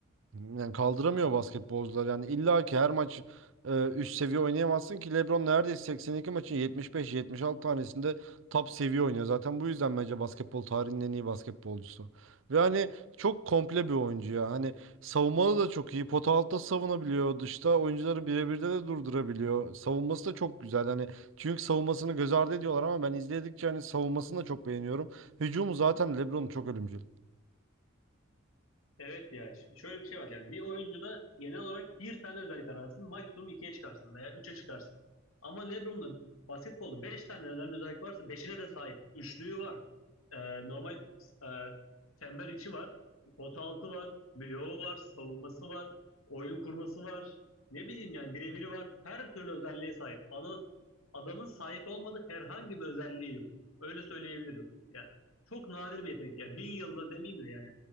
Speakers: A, on the right; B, on the left.
A: Yani kaldıramıyor basketbolcular. Yani illa ki her maç e, üst seviye oynayamazsın ki LeBron neredeyse 82 maçın 75-76 tanesinde top seviye oynuyor. Zaten bu yüzden bence basketbol tarihinin en iyi basketbolcusu. Ve hani çok komple bir oyuncu ya. Hani savunmalı da çok iyi. Pota altta savunabiliyor. Dışta oyuncuları birebirde de durdurabiliyor. Savunması da çok güzel. Hani çünkü savunmasını göz ardı ediyorlar ama ben izledikçe hani savunmasını da çok beğeniyorum. Hücumu zaten LeBron'un çok ölümcül.
B: Evet ya ş- şöyle bir şey var yani bir oyuncuda genel olarak bir tane özellik ararsın maksimum ikiye çıkarsın veya üçe çıkarsın. Ama LeBron'da basketbolu beş tane önemli özellik varsa beşine de sahip. Üçlüğü var, Ee, normal e, çember içi var, pota altı var, bloğu var, savunması var, oyun kurması var. Ne bileyim yani birebiri var. Her türlü özelliğe sahip. Ana- adamın sahip olmadığı herhangi bir özelliği yok. Öyle söyleyebilirim. Yani çok nadir bir yetenek ya. Bin yılda demeyeyim de yani